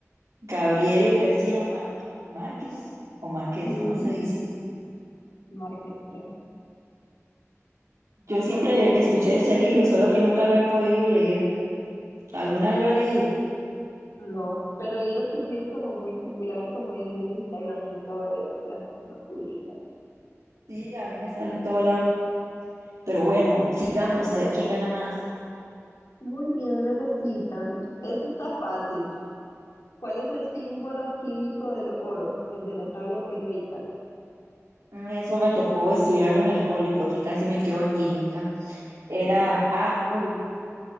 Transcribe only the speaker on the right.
Gabriel García Márquez, Márquez o Márquez,
¿cómo se dice?
Yo siempre escuché ese libro, solo que nunca lo he podido leer. ¿Alguna vez lo ha leído?
Sí, a mí me sale en todo lado. Pero bueno, sigamos a ver quién gana más.
Mm, Eso me tocó estudiarlo en el cole porque casi me quedo en química. Era A U